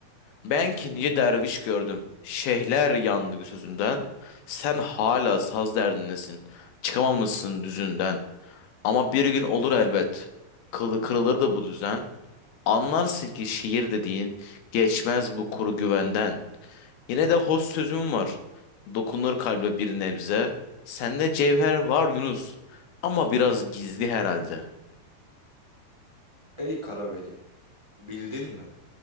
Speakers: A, on the left (about 85°); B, on the right (about 20°).
A: Ben ki nice derviş gördüm. Şeyhler yandı sözünden. Sen hala saz derdindesin. Çıkamamışsın düzünden. Ama bir gün olur elbet. Kılı kırılır da bu düzen. Anlarsın ki şiir dediğin geçmez bu kuru güvenden. Yine de hoş sözüm var. Dokunur kalbe bir nebze. Sende cevher var Yunus. Ama biraz gizli herhalde.
B: Ey Karaveli, bildin mi?